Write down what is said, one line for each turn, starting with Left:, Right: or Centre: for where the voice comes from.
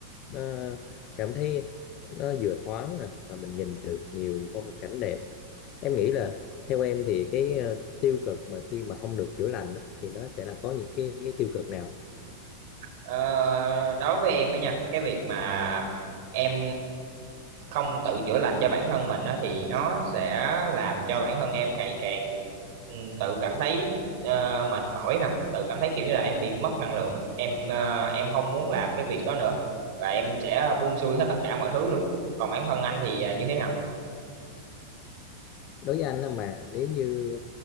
Left: nó cảm thấy nó vừa thoáng nè mà mình nhìn được nhiều phong cảnh đẹp em nghĩ là theo em thì cái ờ, tiêu cực mà khi mà không được chữa lành á, thì nó sẽ là có những cái, cái tiêu cực nào
Right: Ờ, đối với em á nha cái việc mà em không tự chữa lành cho bản thân mình á thì nó sẽ làm cho bản thân em ngày càng ừ, tự cảm thấy ờ, mệt mỏi nè tự cảm thấy kiểu như là em bị mất năng lượng em ờ, em không muốn làm cái việc đó nữa và em sẽ buông xuôi hết tất cả mọi thứ luôn còn bản thân anh thì ờ, như thế nào
Left: đối với anh á mà nếu như